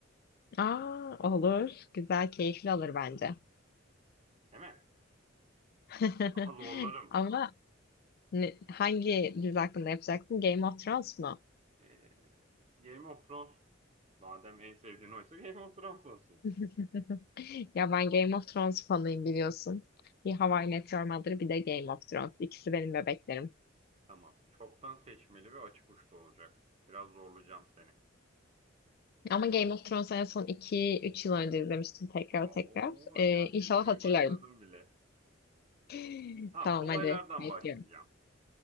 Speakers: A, on the left (about 50°); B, on the right (about 35°).
A: Aa, olur. Güzel, keyifli olur bence.
B: Değil mi?
A: <laughs>
B: Ama zorlarım.
A: Ama ne- hangi dizi hakkında yapacaksın? Game of Thrones mu?
B: Eee, Game of Thrones madem en sevdiğin oysa Game of Thrones olsun.
A: <laughs> Ya ben Game of Thrones fanıyım biliyorsun. Bir How I Met Your Mother, bir de Game of Thrones. İkisi benim bebeklerim.
B: Tamam. Çoktan seçmeli ve açık uçlu olacak. Biraz zorlayacağım seni.
A: Ama Game of Thrones'u en son iki üç yıl önce izlemiştim tekrar
B: Oo,
A: tekrar. Ee,
B: yan
A: inşallah
B: çizmeye
A: hatırlarım.
B: başladım bile.
A: <laughs>
B: Tamam,
A: Tamam
B: kolaylardan
A: hadi bekliyorum.
B: başlayacağım.